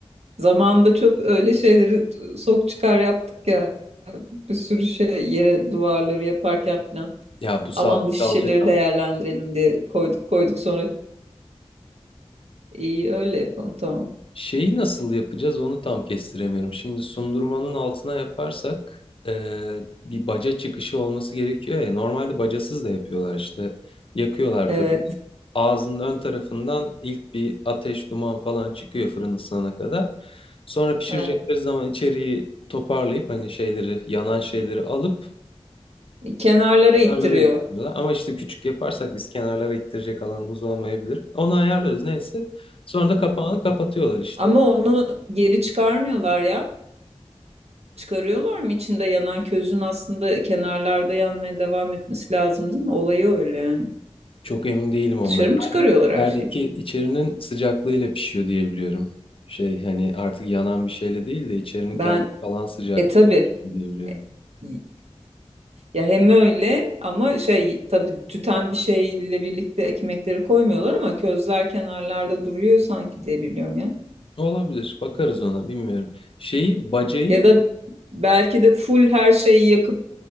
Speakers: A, on the right; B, on the left.
A: Zamanında çok öyle şeyleri sok çıkar yaptık ya. Bir sürü şey yere duvarları yaparken falan.
B: Ya bu sabit
A: Aman bu şişeleri
B: kalacak ama.
A: değerlendirelim diye koyduk koyduk sonra iyi öyle yapalım tamam.
B: Şeyi nasıl yapacağız onu tam kestiremiyorum. Şimdi sundurmanın altına yaparsak eee, bir baca çıkışı olması gerekiyor ya. Normalde bacasız da yapıyorlar işte. Yakıyorlar
A: Evet,
B: fırını. Ağzının ön tarafından ilk bir ateş duman falan çıkıyor fırın ısınana kadar. Sonra pişirecekleri
A: evet.
B: zaman içeriği toparlayıp hani şeyleri yanan şeyleri alıp
A: Kenarlara
B: kenarlara
A: ittiriyor.
B: ittiriyorlar. Ama işte küçük yaparsak biz kenarlara ittirecek alanımız olmayabilir. Onu ayarlarız neyse. Sonra da kapağını
A: Hmm.
B: kapatıyorlar işte.
A: Ama onu geri çıkarmıyorlar ya. Çıkarıyorlar mı içinde yanan közün aslında kenarlarda yanmaya devam etmesi lazım değil mi? Olayı öyle yani.
B: Çok emin değilim ondan.
A: Dışarı mı çıkarıyorlar her
B: İçerideki
A: şeyi?
B: içerinin sıcaklığıyla pişiyor diye biliyorum. Şey hani artık yanan bir şeyle değil de içerinin
A: Ben
B: kendi falan sıcaklığıyla
A: e tabii
B: pişiyor diye biliyorum.
A: E, Y- Ya hem öyle ama şey tabii tüten bir şeyle birlikte ekmekleri koymuyorlar ama közler kenarlarda duruyor sanki diye biliyorum ya.
B: Olabilir. Bakarız ona bilmiyorum. Şeyi bacayı
A: Ya da belki de full her şeyi yakıp